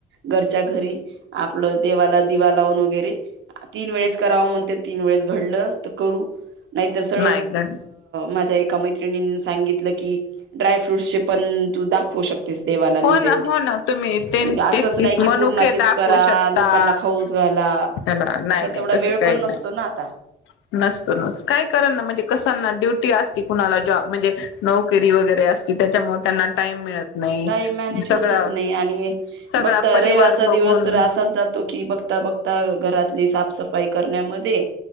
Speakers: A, on the right; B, on the left.
A: घरच्या घरी आपलं देवाला दिवा लावून वगैरे तीन वेळेस कराव म्हणते ती वेळेस घड कर नाही स
B: नाही घड
A: मा ि सांगितलं की ड्राय फ्रूट चे पण तू दाखवू शक देवा निद
B: हो ना हो ना तुम्ही ते
A: म्ह असच
B: तेहतीस
A: नाही की
B: मनुके
A: पूर्णाच
B: दाखवू
A: करा
B: शकतात
A: लोकांना फौस घाला
B: ह नाही
A: असा
B: नाही
A: तेवढा
B: तसं
A: वेळ
B: काही
A: पण नसतो
B: नाही
A: ना आता
B: नसतो नस काय कारण ना म्हणजे कसांना ड्युटी असती कुणाला जॉ म्हणजे नोकरी वगैरे असतील त्याच्यामुळे त्यांना टाइम मिळत नाही
A: ताई मॅने
B: सगळा
A: होतोस नाही आणि
B: सगळा
A: बघता
B: परिवार
A: रविवारचा
B: बघून
A: दिवस तर असाच जातो की बघता बघता घरातली साफसफाई करण्यामध्ये